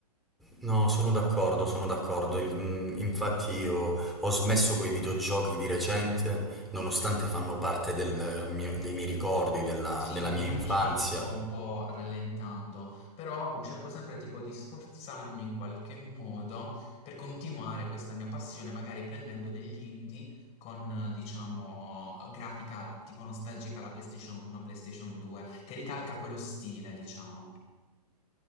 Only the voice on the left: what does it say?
Sì,
anch'io sto un po' rallentando, però cerco sempre tipo di sforzarmi in qualche modo per continuare questa mia passione, magari prendendo degli indie con, eh, diciamo, grafica tipo nostalgica alla PlayStation 1, PlayStation 2, che ricalca quello stile, diciamo.